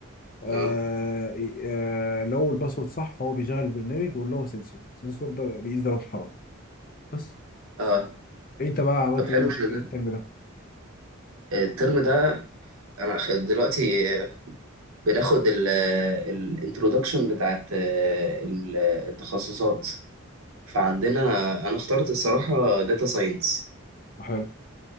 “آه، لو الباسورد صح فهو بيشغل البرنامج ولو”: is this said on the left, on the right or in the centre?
Left